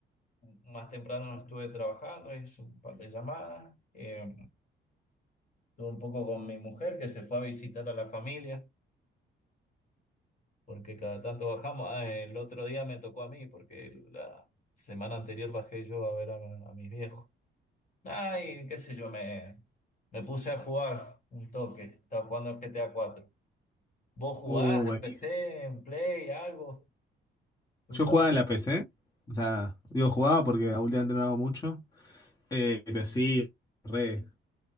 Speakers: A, on the left; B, on the left.
A: más temprano estuve trabajando, hice un par de llamadas. eh, estuve un poco con mi mujer que se fue a visitar a la familia. porque cada tanto bajamos. Ah, el otro día me tocó a mí, porque la semana anterior bajé yo a ver a, a mis viejos. Ay, qué sé yo, me, me puse a jugar un toque. Estaba jugando al GTA cuatro ¿Vos jugás
B: Uh, buenísimo.
A: en PC, en Play, algo? ¿Te
B: Yo
A: gusta?
B: jugaba en la PC, o sea, digo jugaba porque últimamente no hago mucho, eh, pero sí, re.